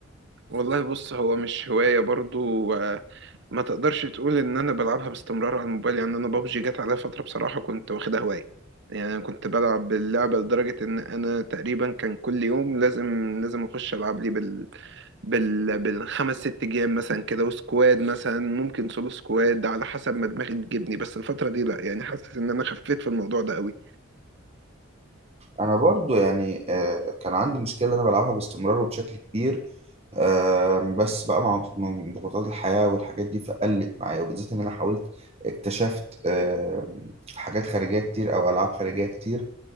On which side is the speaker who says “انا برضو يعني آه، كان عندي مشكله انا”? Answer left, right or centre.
Right